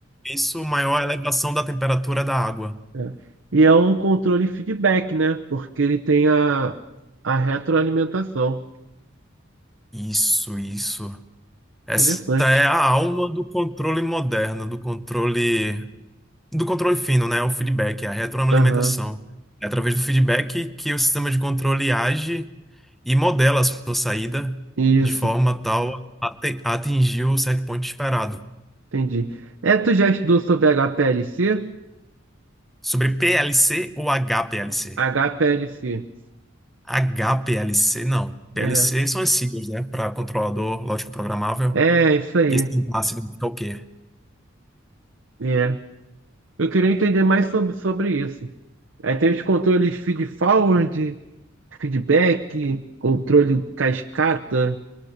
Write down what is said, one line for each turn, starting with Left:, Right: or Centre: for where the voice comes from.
Centre: isso maior a elevação da temperatura da água.
Right: é, e é um controle feedback, né? Porque ele tem a, a retroalimentação.
Centre: Isso, isso. Essa
Right: Interessante.
Centre: é a alma do controle moderno, do controle do controle fino, né? O feedback, a retroalimentação.
Right: Aham.
Centre: É através do feedback que o sistema de controle age e modela a sua saída
Right: Isso.
Centre: de forma tal a te- a atingir o set point esperado.
Right: Entendi. É, tu já estudou sobre HPLC?
Centre: Sobre PLC ou HPLC?
Right: HPLC.
Centre: HPLC não.
Right: É,
Centre: PLC são as siglas, né? Para controlador lógico programável.
Right: é isso aí.
Centre: E esse H significa o quê?
Right: É. Eu queria entender mais sobre, sobre isso. Aí tem os controles feed forward, feedback, controle cascata,